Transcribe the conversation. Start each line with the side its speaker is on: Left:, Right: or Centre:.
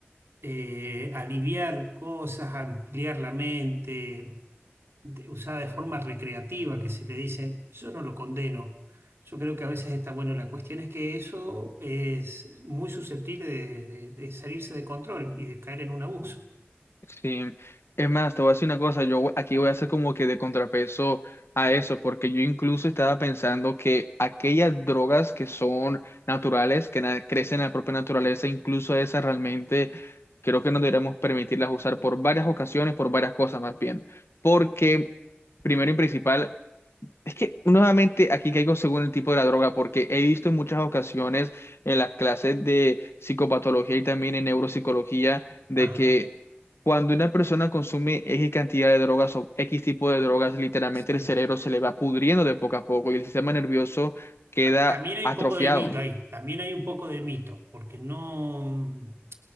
Right: eh, aliviar cosas, ampliar la mente, de- usada de forma recreativa, que se le dice, yo no lo condeno. Yo creo que a veces está bueno. La cuestión es que eso es muy susceptible de, de de salirse de control y de caer en un abuso.
Left: Sí, es más, te voy a decir una cosa, yo voy- aquí voy a hacer como que de contrapeso a eso, porque yo incluso estaba pensando que aquellas drogas que son naturales, que na- crecen en la propia naturaleza, incluso esas realmente creo que no deberíamos permitirlas usar por varias ocasiones, por varias cosas más bien, porque primero y principal, es que nuevamente aquí caigo según el tipo de la droga, porque he visto en muchas ocasiones en las clases de psicopatología y también en neuropsicología de
Right: Ajá.
Left: que cuando una persona consume X cantidad de drogas o X tipo de drogas, literalmente
Right: Sí.
Left: el cerebro se le va pudriendo de poco a poco y el sistema nervioso queda
Right: Ah, También hay
Left: atrofiado.
Right: un poco de mito ahí, también hay un poco de mito, porque no,